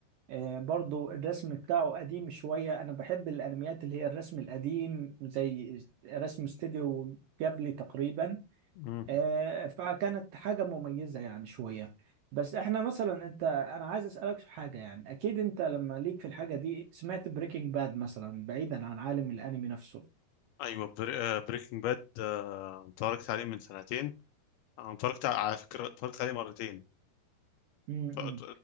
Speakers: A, on the right; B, on the left.
A: آه، برضو الرسم بتاعه قديم شوية أنا بحب الأنميات اللي هي الرسم القديم زي رسم استوديو جابلي تقريبا
B: مم.
A: آه، فكانت حاجة مميزة يعني شوية بس احنا مثلا انت انا عايز اسألك في حاجة يعني اكيد انت لما ليك في الحاجة دي سمعت بريكنج باد مثلا بعيدا عن عالم الانمي نفسه
B: ايوه بري... آه بريكنج باد آه اتفرجت عليه من سنتين انا اتفرجت على على فكرة اتفرجت عليه مرتين
A: امم
B: ف... آه،